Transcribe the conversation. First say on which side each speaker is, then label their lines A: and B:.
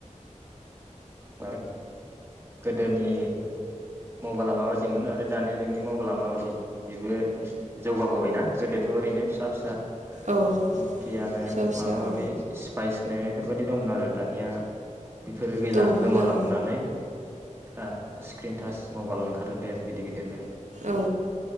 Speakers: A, on the right (about 20°); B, on the right (about 70°).
A: उम गोदोनि मबाला माबायदिमोन आरो दानि जुगनि मबाला माबायदि बेबो जौगाबोबायना गोदोथ' ओरैनो फिसा फिसा
B: औ
A: नकियानो
B: फिसा फिसा
A: माबा माबि
B: औ
A: स्पाइस नो बेफोरबायदि दंमोन आरो दानिया बेफोरो गैला
B: दङमोन
A: गोमालांनानै
B: औ
A: दा स्क्रिनटास मबाल ओंखारजोबबाय आरो गिदिर गिदिरनो
B: औ